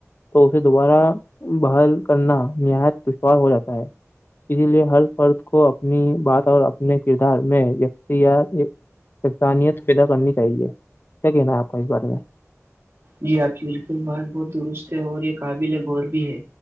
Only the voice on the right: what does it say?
جی آپ کی بالکل بت بہت درست ہے اور یہ قابل غور بھی ہے